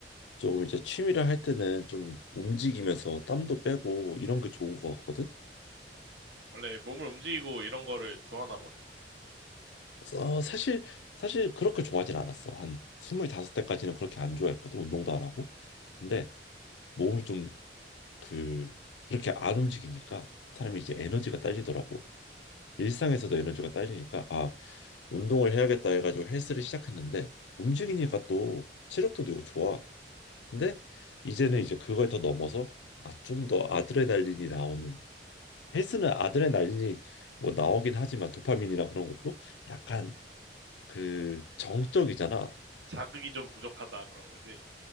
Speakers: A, on the left; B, on the right.
A: 조금 이제 취미를 할 때는 좀 움직이면서 땀도 빼고 이런 게 좋은 것 같거든.
B: 원래 몸을 움직이고 이런 거를 좋아하나 보네.
A: 어, 사실 사실 그렇게 좋아하진 않았어. 한 25대까지는 그렇게 안 좋아했거든. 운동도 안 하고. 근데 몸이 좀 그 그렇게 안 움직이니까 사람이 이제 에너지가 딸리더라고. 일상에서도 에너지가 딸리니까 아, 운동을 해야겠다 해가지고 헬스를 시작했는데 움직이니까 또 체력도 되고 좋아. 근데 이제는 이제 그걸 더 넘어서 아, 좀 더 아드레날린이 나오는 헬스는 아드레날린이 뭐 나오긴 하지만 도파민이나 그런 것도 약간 그 정적이잖아.
B: 자극이 좀 부족하다 그런 거지.